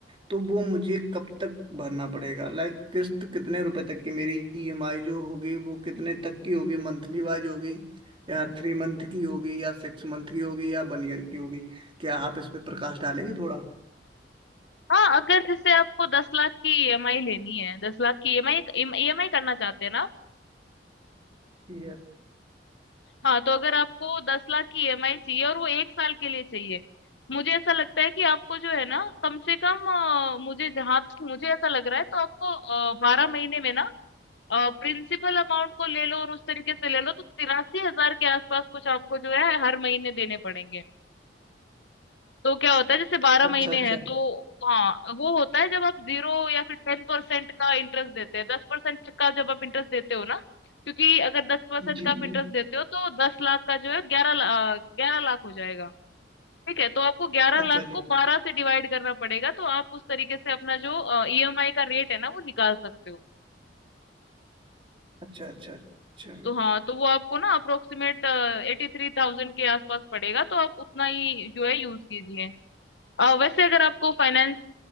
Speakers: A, on the right (about 30°); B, on the left (about 80°).
A: तो वो मुझे कब तक भरना पड़ेगा लाइक किस्त कितने रुपए तक की मेरी ईएमआई जो होगी वो कितने तक की होगी मंथली वाइज होगी या थ्री मंथ की होगी या सिक्स मंथ की होगी या वन ईयर की होगी क्या आप इस पे प्रकाश डालेंगे थोड़ा
B: हाँ अगर जैसे आपको दस लाख की ईएमआई लेनी है दस लाख की ईएमआई ईएमआई करना चाहते हैं ना आप?
A: यस
B: हाँ तो अगर आपको दस लाख की ईएमआई चाहिए और वो एक साल के लिए चाहिए मुझे ऐसा लगता है कि आपको जो है ना कम से कम अ, मुझे जहां तक मुझे ऐसा लग रहा है तो आपको बारह महीने में ना प्रिंसिपल अमाउंट को ले लो और उस तरीके से ले लो तो तिरासी हजार के आसपास कुछ आपको जो है हर महीने देने पड़ेंगे तो क्या होता है जैसे बारह
A: अच्छा
B: महीने
A: अच्छा
B: हैं तो हाँ वो होता है जब आप जीरो या फिर टेन परसेंट का इंटरेस्ट देते हैं दस परसेंट का जब आप इंटरेस्ट देते हो ना क्योंकि अगर दस परसेंट
A: जी
B: का आप
A: जी
B: इंटरेस्ट देते हो तो दस लाख का जो है ग्यारह ला, ग्यारह लाख हो जाएगा ठीक है तो आपको ग्यारह
A: अच्छा
B: लाख
A: जी
B: को बारह से डिवाइड करना पड़ेगा तो आप उस तरीके से अपना जो ईएमआई का रेट है ना वो निकाल सकते हो
A: अच्छा अच्छा अच्छा
B: तो हाँ तो वो आपको ना अप्रोक्सीमेट एटी थ्री थाउजेंड के आसपास पड़ेगा तो आप उतना ही जो है यूज कीजिए अ, वैसे अगर आपको फाइनेंस